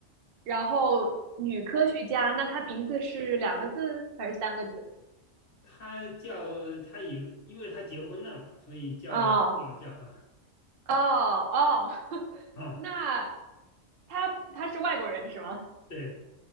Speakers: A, on the right (about 55°); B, on the left (about 50°).
A: 然后女科学家，那她名字是两个字还是三个字？
B: 他叫他以，因为他结婚了嘛，所以叫叫叫啊。
A: 哦哦哦，<laughs>
B: 啊
A: 那她她是外国人是吗？
B: 对